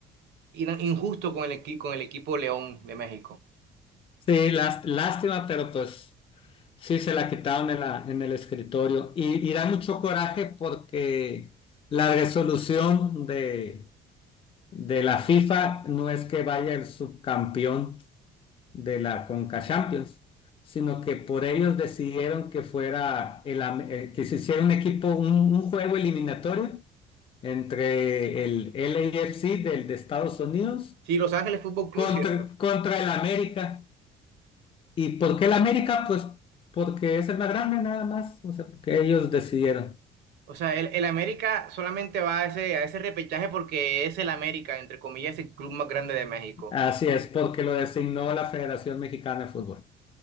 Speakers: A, on the right (about 80°); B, on the left (about 30°).
A: in- injusto con el, equi- con el equipo León de México.
B: Sí, lás- lástima, pero pues sí se la quitaron en, la- en el escritorio. Y, y da mucho coraje porque la resolución de, de la FIFA no es que vaya el subcampeón. de la Conca Champions, sino que por ellos decidieron que fuera el, eh, que se hiciera un equipo, un, un juego eliminatorio entre el LAFC del de Estados Unidos
A: Sí, Los Ángeles Fútbol Club,
B: contra,
A: ¿cierto?
B: contra el América. ¿Y por qué el América? Pues porque es el más grande nada más, o sea, porque ellos decidieron.
A: O sea, el, el América solamente va a ese, a ese repechaje porque es el América, entre comillas, el club más grande de México.
B: Así es, porque lo designó la Federación Mexicana de Fútbol.